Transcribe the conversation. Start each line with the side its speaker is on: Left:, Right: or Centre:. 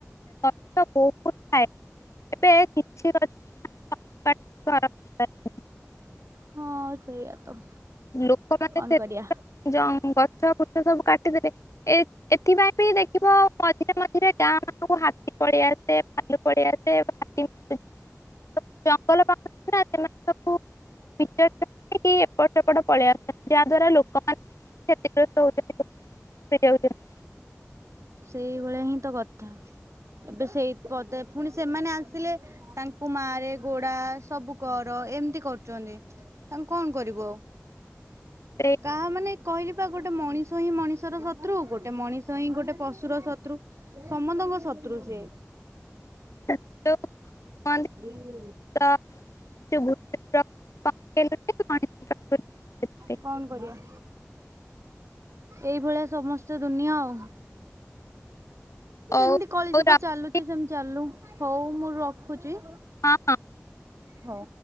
Left: ସେପଟେ ବହୁତ ଥାଏ ଏବେ କିଛି <inaudible> ଘର
Right: ହଁ ସେଇଆ ତ।
Left: ଲୋକମାନେ
Right: କଣ
Left: ଏତେ
Right: କରିବା
Left: ଯୋଉଁ ଗଛ ଫଛ ସବୁ କାଟିଦେଲେ। ଏ ଏଥିପାଇଁ ବି ଦେଖିବା ମଝିରେ ମଝିରେ ଗାଁରେ ହାତୀ ଳଳେଇ ଆସେ ଭାଲୁ ପଳେଇ ଆସେ <inaudible> <unintelligible> ଏପଟେ ପଳେଇଆସନ୍ତି ଯାହା ଦ୍ଵାରା ଲୋକମାନେ କ୍ଷତିଗ୍ରସ୍ତ ହେଉଚନ୍ତି।
Right: ସେଇଭଳିଆ ହିଁ ତ କଥା ଏବେ ସେଇ ପଦ ପୁଣି ସେମାନେ ଆସିଲେ ତାଙ୍କୁ ମାରେ ଗୋଡା ସବୁ କର ଏମିତି କରୁଚନ୍ତି। ତାଙ୍କୁ କଁ କରିବୁ ଆଉ।
Left: ସେଇ
Right: କାହା ମାନେ କହିଲି ବା ଗୋଟେ ମଣିଷ ହିଁ ମଣିଷର ଶତ୍ରୁ ଗୋଟେ ମଣିଷ ହିଁ ଗୋଟେ ପଷୁ ପଷୁର ଶତ୍ରୁ ସମନ୍ତଙ୍କ ଶତ୍ରୁ ସିଏ।
Left: <unintelligible> କୁହନ୍ତି
Right: ହୁଁ
Left: ତ ଯୋଉ ଭୂତପ୍ରେତ ପକେଇଲେ ମଣିଷ ପ୍ରକୃତି
Right: <inaudible> କଣ କରିଆ? ଏଇ ଭଳିଆ ସମସ୍ତ ଦୁନିଆ ଆଉ। ଯେମିତି
Left: ଆଉ
Right: କଳି
Left: ହଉ
Right: ଯୁଗ
Left: ରଖୁଛି
Right: ଚାଲୁଚି ସେମିତି ଚାଲୁ ହଉ ମୁଁ ରଖୁଚି।
Left: ହଁ।
Right: ହଁ।